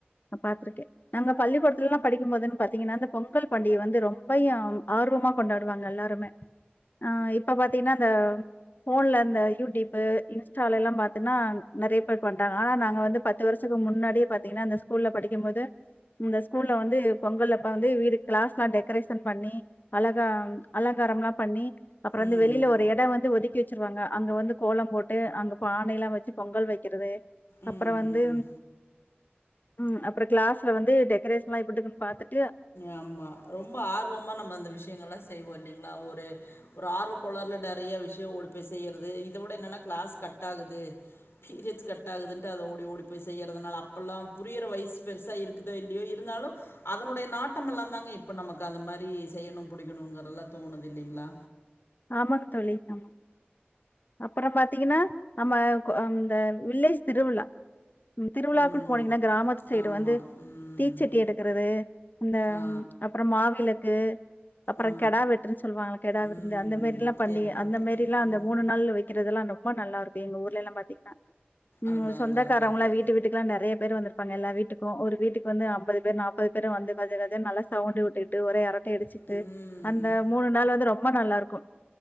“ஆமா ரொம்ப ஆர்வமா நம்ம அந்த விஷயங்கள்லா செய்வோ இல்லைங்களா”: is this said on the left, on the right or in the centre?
Left